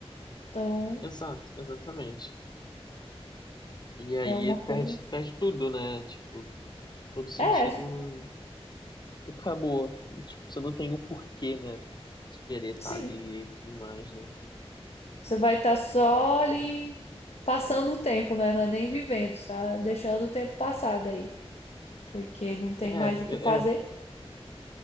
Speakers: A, on the left; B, on the left.
A: Então,
B: exato, exatamente. E aí
A: é uma coisa.
B: perde, perde tudo, né? Tipo, todo sentido
A: É,
B: acabou. Tipo, você não tem o porquê, né? De querer estar
A: sim.
B: ali e tudo mais, né?
A: Você vai estar só ali passando o tempo, né? Não é nem vivendo, você tá deixando o tempo passar daí, porque não tem
B: É,
A: mais o que
B: é,
A: fazer.
B: é,